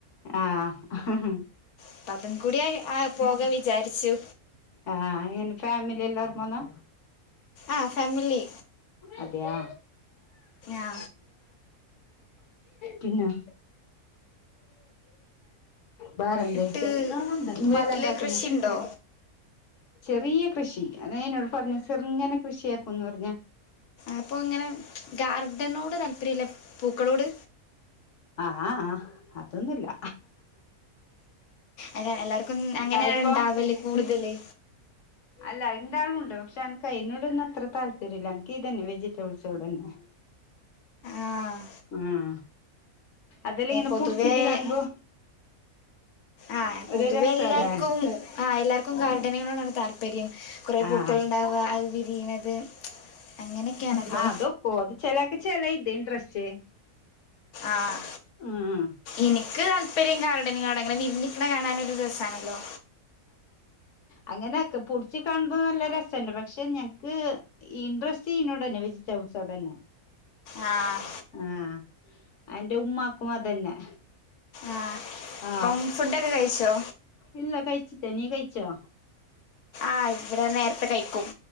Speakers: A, on the left (about 65°); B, on the left (about 85°).
A: ആഹ്
B: അപ്പ അതും കൂടി ആ പോക വിചാരിച്ചു
A: ആഹ് ഇന് ഫാമിലി എല്ലാവർും പോന്നോ
B: ആഹ് ഫാമിലി
A: അതെയാ
B: ആ
A: പിന്നെ വേറെ
B: ഇട്ട്
A: എന്ത ഹിമാല
B: വീട്ടില്
A: എന്താക്കുന്ന
B: കൃഷിയുണ്ടോ
A: ചെറിയ കൃഷി അതേന്നേപറഞ്ഞേ ചെറ്ങ്ങന കൃഷിയാക്കുംന്ന് പറഞ്ഞ
B: അപ്പൊ ഇങ്ങനെ ഗാർഡനോട് താല്പര്യംല്ല പൂക്കളോട്
A: ആഹ് ആഹ് അതൊന്നുമില്ല
B: അത എല്ലാർക്കും അങ്ങനെ
A: ഇപ്പൊ
B: ഉണ്ടാവല്ലേ കൂടുതല്
A: അല്ല ഇണ്ടാവണ്ട് പക്ഷെ എനക്ക് അയിനോട ഒന്നും അത്ര താല്പര്യമില്ല എനിക്ക് ഇതന്നെ വെജിറ്റബിൾസോട തന്നെ
B: ആഹ്
A: ആഹ് അതെലിങ്ങനെ
B: പൊതുവേ
A: പുടിച്ചിത് കാണുമ്പോ
B: ആഹ് പൊതുവെ
A: ഒരു രസല്ലേ
B: എല്ലാർക്കും ആഹ് എല്ലാർക്കും ഗാർഡനങ്ങളോടാണ് താല്പര്യം ല്പര്യം കുറെേ പൂക്കൾ
A: ആഹ്
B: ഉണ്ടാവ അത് വിരിയണത് അങ്ങനെയൊക്കെയാണല്ലോ
A: ആ അതൊക്കോ അത് ചെലാക്ക് ചെലെ ഇത് ഇൻട്രസ്റ്റ്
B: ആഹ
A: ഉം
B: ഇൻക്ക് താല്പര്യം ഗാർഡന് കാണാന് ഇങ്ങനെ വിരിന്ന്ക്ക്ണെ കാണാനൊരു രസാണല്ലോ
A: അങ്ങനെക്കെ പുട്ച്ച് കാണുമ്പോ നല്ല രസണ്ട് പക്ഷെ ഞങ്ങക്ക് ഇൻട്രസ്റ്റ് ഇനോടനെ വെജിറ്റബിൾസ്നോടനെ
B: ആഹ
A: ആഹ അന്റെ ഉമ്മാക്കും അതന്നെ
B: ആഹ
A: ആ
B: അപ്പം ഫുഡൊക്കെ കഴിച്ചോ?
A: ഇല്ല കഴിച്ചിട്ട നീ കഴിച്ചോ?
B: ആഹ ഇവിടെ നേരത്തെ കഴിക്കും